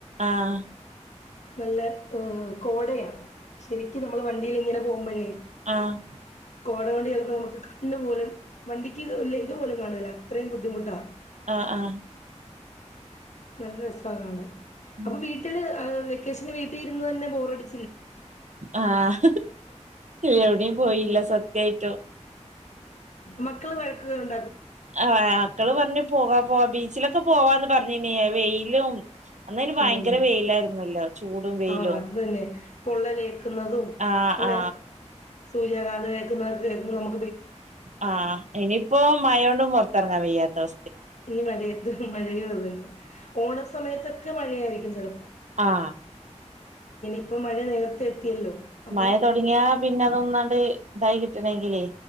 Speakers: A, on the right; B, on the left.
A: ആഹ്
B: നല്ല കോടയാ ശരിക്കും നമ്മള് വണ്ടീൽ ഇങ്ങനെ പോകുമ്പഴേ
A: ആഹ്
B: കോട കണ്ട് ചെല നമുക്ക്കണ്ണുപോലും വണ്ടിക്ക് ല് ഇതുപോലും കാണല്ല അത്രയും ബുദ്ധിമുട്ടാ
A: ആഹ് ആഹ്
B: നല്ല രസവാ കാണാൻ.
A: ഉം
B: അപ്പോ വീട്ടില് ക്കേഷന് വീട്ടിലിരുന്നു തന്നെ ബോറടി
A: ആഹ് എവിടെയും പോയില്ല സ ത്യായിട്ടും.
B: മക്കള് വ ഉം
A: ആ മക്കള് പറഞ്ഞു പോവാ പോ ബീച്ചിലൊക്കെ പോവാന്ന് പറഞ്ഞേനയ വെയിലും അന്നന് ഭയങ്കര
B: ഉം
A: വെയിലായിരുന്നല്ലോ? ചൂടും, വെയിലും,
B: ആഹ് അത് തന്നെ പൊള്ളലേക്കുന്നതും
A: ആ
B: അല്ലെ
A: ആ
B: സൂര്യാഘാതം ഏൽക്കുന്നത് നമ്മു
A: ആ ഇനിയിപ്പോ മഴകൊണ്ടും പുറത്ത പുറത്തിറങ്ങാൻ വയ്യാത്ത അ
B: ഇനി മഴയത്ത് മഴയും അത് തന്നെ. ഓണ സമയത്തൊക്കെ മഴയായിരിക്കും ചിലപ്പോ
A: ആ
B: ഇപ്പൊ മഴ നേരത്തെ എത്തിയല്ലോ അപ്പൊ
A: മഴ തുടങ്ങിയാ പിന്നെ അതൊന്നണ്ട് ഇതായി കി കിട്ടണെങ്കിലേ?